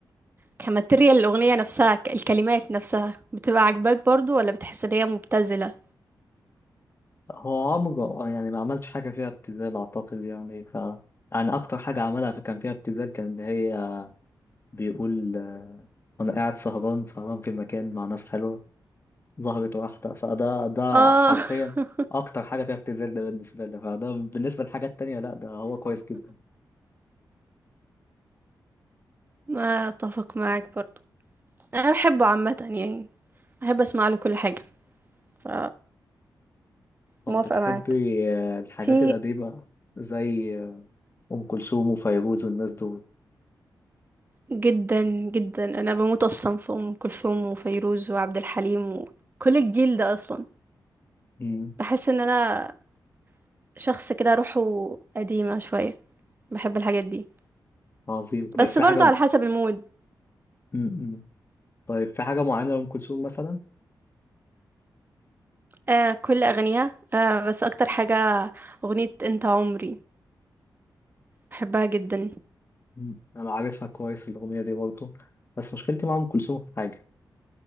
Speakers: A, on the right (about 25°); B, on the left (about 30°).
A: كماتيريال الأغنية نفسها ك- الكلمات نفسها بتبقى عاجباك برضو ولا بتحس إن هي مبتذلة
B: هو عمره يعني ما عملش حاجة فيها ابتذال أعتقد يعني ف يعني أكتر حاجة عملها في كان فيها ابتذال كان إن هي بيقول آه، وأنا قاعد سهران سهران في مكان مع ناس حلوة ظهرت واحدة فده ده
A: اه
B: حرفيا
A: <laughs>
B: أكتر حاجة فيها ابتذال ده بالنسبة لي فده بالنسبة للحاجات التانية لأ ده هو كويس جدا
A: ما اتفق معاك برضو انا بحبه عامه يعني بحب اسمع له كل حاجه ف
B: طب
A: موافقة
B: بتحبي
A: معاك
B: آه، الحاجات
A: في
B: القديمة زي آه، أم كلثوم وفيروز والناس دول
A: جدا جدا انا بموت اصلا في ام كلثوم وفيروز وعبد الحليم وكل الجيل ده اصلا
B: مم.
A: بحس ان انا شخص كده روحه قديمه شويه بحب الحاجات دي
B: عظيم طيب
A: بس
B: في
A: برضو
B: حاجة
A: على حسب المود
B: مم. مم. طيب في حاجة معينة لأم كلثوم مثلا؟
A: آه كل أغانيها آه بس أكتر حاجة أغنية أنت عمري بحبها جدا
B: مم. انا عارفها كويس الاغنيه دي برضه بس مشكلتي مع ام كلثوم في حاجه